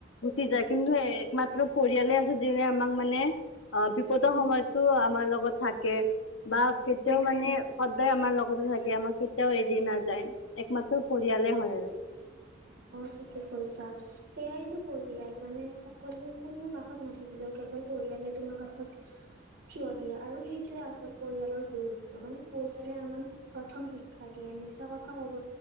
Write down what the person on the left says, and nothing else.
গুচি যায় কিন্তু একমাত্ৰ পৰিয়ালে আছে যোনে আমাক মানে অ বিপদৰ
সময়তো আমাৰ লগত থাকে বা কেতিয়াও
মানে সদায় আমাৰ লগতে থাকে আমাৰ কেতিয়াও এৰি নাযায় একমাত্ৰ পৰিয়ালে হয় আৰু